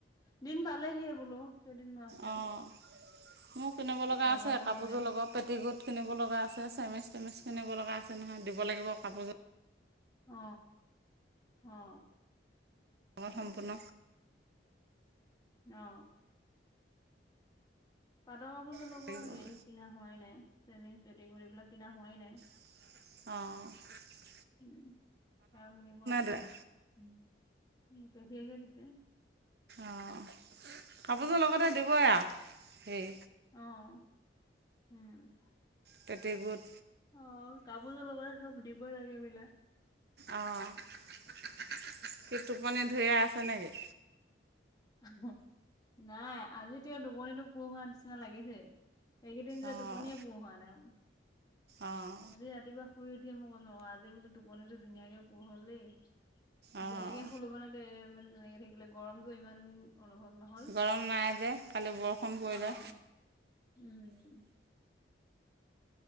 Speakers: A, on the left; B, on the right.
A: দিন পালেহিয়ে বোলো কেইদিন নো আছে
B: অঁ
A: আৰু।
B: মোৰ কিনিব
A: শুক্ৰবাৰলৈ
B: লগা আছে কাপোৰযোৰ
A: হ'লেই
B: লগত পেটিকোট কিনিব লগা আছে চেমিচ টেমিচ। কিনিব লগা আছে নহয় দিব লাগিব কাপোৰযোৰ
A: অ, অ।
B: লগৰ
A: উম
B: সম্পূৰ্ণ
A: অ। <unintelligible> হেৰি
B: লাগিব।
A: কিনা হোৱাই নাই চেমিচ পেটিকোত এইবিলাক কিনা হোৱাই নাই।
B: অ'
A: উম, সেয়াও কিনিব আছে
B: ধৰে
A: উম পেহিয়েকে দিছিল।
B: অ', কাপোৰযোৰ লগতে দিবই আৰু হেই
A: অ', উম।
B: পেটিকোত
A: অ, কাপোজোৰ লগতে চব দিবই লাগে এইবিলাক
B: অ, কি টোপনি ধৰিয়ে আছে নেকি?
A: অ', নাই আজি তেওঁ টোপনিটো পুৰ হোৱাৰ নিচিনা লাগিছে। এইকেইদিন যে
B: অঁ
A: টোপনিয়ে পুৰ হোৱা নাই আওঁ
B: অঁ
A: আজি ৰাতিপুৱা শুই উঠিয়ে মই কৈছো অ' আজি বোলো টোপনি টো ধুনীয়াকে পুৰ হল দেই।
B: অঁ
A: যেনেকে হলো মানে তে মানে তেনেকে থাকিলে গৰমতটো ইমান <unintelligible> অনুভৱ নহ'ল
B: গৰম নাই যে কালি বৰষুণ পৰিলে
A: অ' উম।